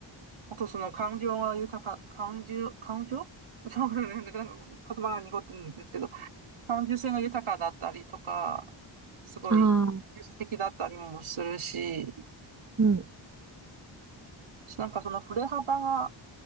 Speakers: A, on the right; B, on the right.
A: あとその感情が豊か、感情、感情ちょっと待ってなんかなんか言葉が濁ってるんですけど、感受性が豊かだったりとか、すごい技術的だったりもするし、
B: ん。ああ、うん。
A: なんかその振れ幅が、